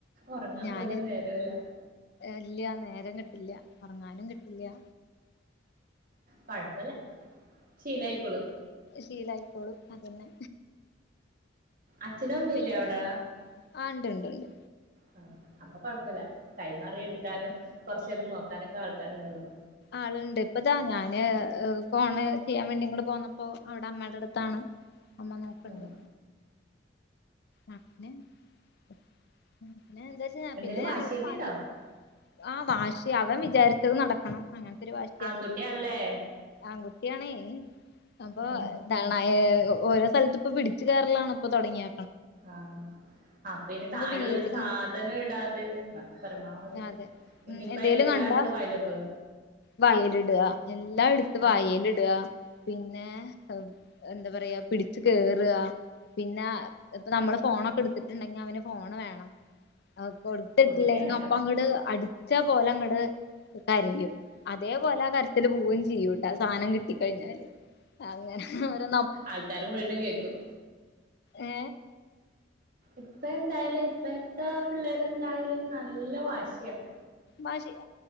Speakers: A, on the right (about 50°); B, on the left (about 60°).
A: ഉറങ്ങാൻ
B: ഞാന്
A: പോലും നേരമില്ല
B: ഇല്ല നേരം കിട്ടില്ല്യ ഒറങ്ങാനും കിട്ടില്ല്യ
A: കൊ ഴപ്പല്ല ശീലായിക്കൊളു
B: ശീലായികൊ ളും അതന്നെ
A: അച്ഛനു അമ്മില്ലേ
B: പിന്നെ
A: അവടെ
B: ആ ഉണ്ട് ഉണ്ട് ഉണ്ട്
A: ആ അപ്പൊ കൊഴപ്പില്ല കൈമാറി എടുക്കാനും കൊറച്ചേരം നോക്കാനൊക്കെ ആൾക്കാരുണ്ടല്ലോ
B: ആളുണ്ട് ഇപ്പതാ ഞാന് ഫോണ് ചെയ്യാൻ വേണ്ടി ഇങ്ങോട്ട പോന്നപ്പോ അവിടെ അമ്മേടടുത്താണ് അമ്മ നോക്കണ്ട്
A: ഉം.
B: അങ്ങനെ ഉം പിന്നെ എന്താച്ച
A: എന്തേലും
B: പിന്നെ
A: വാശിയൊക്കെ
B: ഞങ്ങക്ക് പണി
A: ഉണ്ടോ
B: ആ വാശി അവൻ വിചാരിച്ചത് നടക്കണം അങ്ങനെ ഒത്തിരി വാശിയാണ്
A: ആൺകുട്ടിയാണല്ലേ
B: ആൺകുട്ടിയാണേ അപ്പൊ
A: ഉം.
B: താണായെ ഒ ഓരോ സ്ഥലത്ത് ഇപ്പൊ പിടിച്ചു കേയറാലാണ് ഇപ്പത്തൊടങ്ങിയ
A: ആ അപ്പൊ ഇനി താഴെ
B: വീഴും
A: ഒരു സാധനം ഇടാതെരിക്കണം പരമാവധി
B: അതെ
A: ഇനിയിപ്പ
B: ഉം എന്തേലും
A: എല്ലായിടത്തും
B: കണ്ടാ
A: വയലോക്കോലോ
B: വയലിടുക എല്ലാം എടുത്ത്
A: ഉം
B: വയലിടുക പിന്നെ എന്താ പറയാ പിടി ച്ച് കേറാ പിന്ന ഇപ്പ നമ്മള് ഫോണൊക്കെ എടുത്തിട്ടുണ്ടെങ്കി അവന് ഫോണ് വേണം അ കൊടുത്തിട്ടില്ല
A: കൊടുക്കേ
B: ങ്ങ
A: വേണ്ട
B: അപ്പാ അങ്ങട് അടി ച്ച പോലങ്ങട് കരയും അതേപോലെ ആ കരച്ചില് പൂവേം ചെയ്യൂട്ടാ സാധനം കിട്ടിക്കഴിഞ്ഞാല് അങ്ങനെ ഓരോ
A: ആൾക്കാരും <unintelligible> കേക്കും
B: ഏ
A: ഇപ്പ എന്തായാലും ഇപ്പഴത്തെ പിള്ളേരെ എന്തായാലും നല്ല വാശിയാണ്
B: ഭാഷ